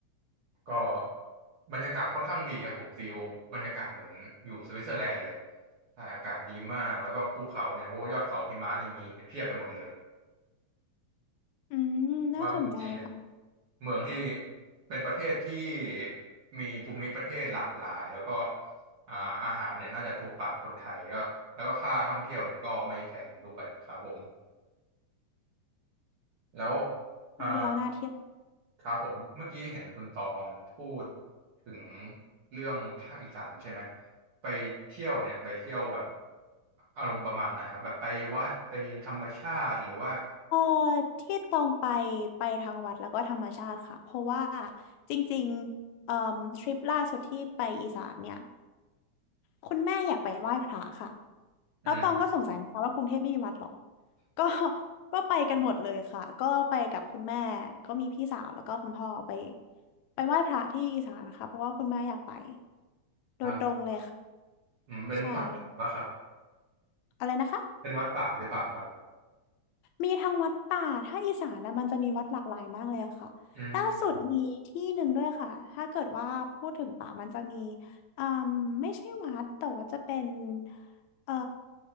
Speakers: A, on the right (about 55°); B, on the left (about 80°).
A: ก็บรรยากาศค่อนข้างดีครับผมฟีลบรรยากาศเหมือนอยู่สวิตเซอร์แลนด์เลยใช่อากาศดีมากแล้วก็ภูเขาเนี่ยโอ้ยอดเขาหิมะนี่มีเพียบไปหมดเลย
B: อืมน่าสนใจค่ะ
A: ว่าเมืองจีนเนี่ยเมืองที่เป็นประเทศที่มีภูมิประเทศหลากหลายแล้วก็อ่าอาหารเนี่ยน่าจะถูกปากคนไทยก็แล้วก็ค่าท่องเที่ยวเนี่ยก็ไม่แพงด้วยครับผมแล้ว
B: ฟังดูแล้วน่าเที่ยว
A: อ่า ครับผมเมื่อกี้เห็นคุณตองพูดถึงเรื่องภาคอีสานใช่ไหมไปเที่ยวเนี่ยไปเที่ยวแบบอารมณ์ประมาณไหนครับแบบไปวัดไปธรรมชาติหรือว่า
B: เออที่ตองไปไปทางวัดแล้วก็ธรรมชาติค่ะเพราะว่าจริงๆเอ่อทริปล่าสุดที่ไปอีสานเนี่ยคุณแม่อยากไปไหว้พระค่ะแล้วตองก็สงสัยนะคะว่ากรุงเทพไม่มีวัดเหรอ
A: อืม
B: ก็ <laughs> ก็ไปกันหมดเลยค่ะก็ไปกับคุณแม่ก็มีพี่สาวแล้วก็คุณพ่อไปไปไหว้พระที่อีสานค่ะเพราะว่าคุณแม่อยากไปโดยตรงเลยค่ะ
A: ครับอืมเป็นวัดป่าครับ
B: ใช่อะไรนะคะ
A: เป็นวัดป่าหรือเปล่าครับ
B: มีทั้งวัดป่า ถ้าอีสานนะมันจะมีวัดหลากหลายมากเลยอะค่ะล่าสุดมีที่หนึ่งด้วยค่ะ
A: อืม
B: ถ้าเกิดว่าพูดถึงป่ามันจะมีอืมไม่ใช่วัดแต่ว่าจะเป็น เอ่อ